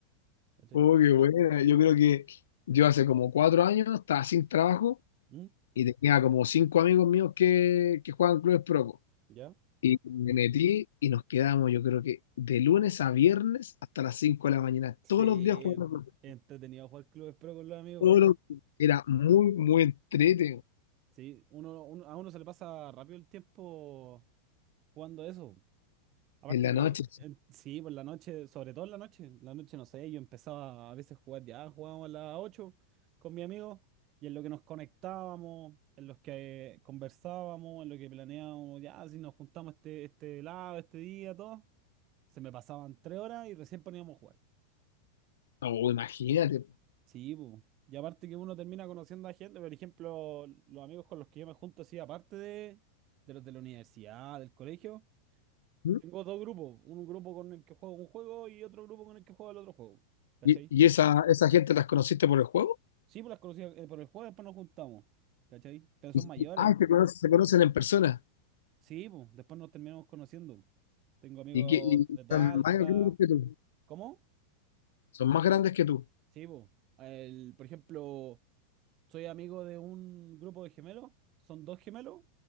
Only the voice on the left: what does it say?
Oh, qué buena. Yo creo que yo hace como cuatro años estaba sin trabajo
y tenía como cinco amigos míos que, que juegan clubes pro.
Y me metí y nos quedamos, yo creo que de lunes a viernes hasta las cinco de la mañana,
todos los días jugando. pro.
Todos los días. Era muy, muy entrete
en la
noche.
Oh, imagínate.
¿Mm?
¿Y, y esa, esa gente las conociste por el juego?
Y-
y- Ah, se conocen, se conocen en persona.
Y, que, y
son más grandes que tú.
Son más grandes que tú.